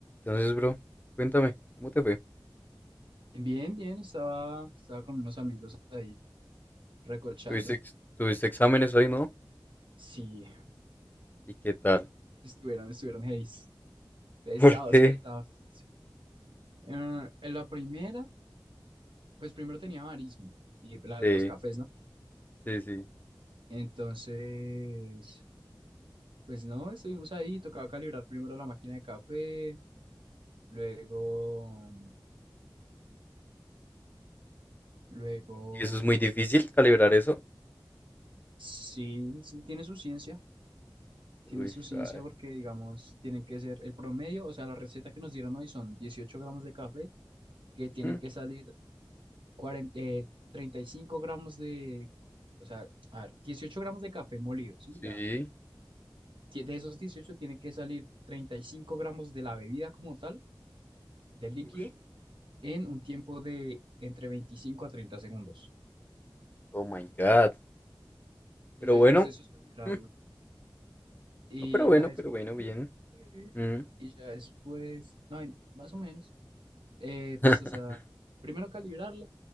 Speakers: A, on the left (about 20°); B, on the right (about 80°).
A: Entonces, bro, cuéntame, ¿cómo te fue?
B: Bien, bien, estaba, estaba con unos amigos ahí recochando.
A: ¿Tuviste, ex- tuviste exámenes hoy, no?
B: Sí,
A: ¿Y qué tal?
B: estuvieron, estuvieron heavy. Pesados,
A: <laughs> por qué
B: pesados. Eh, en la primera, pues primero tenía barismo y la-
A: sí,
B: los cafés, ¿no?
A: sí, sí.
B: Entonces, pues no, estuvimos ahí, tocaba calibrar primero la máquina de café, luego, luego,
A: ¿Y eso es muy difícil, calibrar eso?
B: sí, sí, tiene su ciencia, tiene
A: Uy,
B: su ciencia
A: suave.
B: porque, digamos, tienen que ser el promedio, o sea, la receta que nos dieron hoy son 18 gramos de café que tienen
A: Mm,
B: que salir 40, eh, 35 gramos de, o sea, a ver, 18 gramos de café molido, ¿sí? La,
A: Sí.
B: ti- de esos 18 tienen que salir 35 gramos de la bebida como tal, del líquido,
A: Uy,
B: en un tiempo de entre 25 a 30 segundos.
A: Oh my God. Pero
B: Entonces,
A: bueno,
B: pues eso es calibrarla.
A: mm,
B: Y
A: no, pero bueno,
B: ya después,
A: pero bueno, bien.
B: eh,
A: Mm,
B: y ya después, no, en- más o menos, eh,
A: <laughs>
B: pues, o sea, primero calibrarla,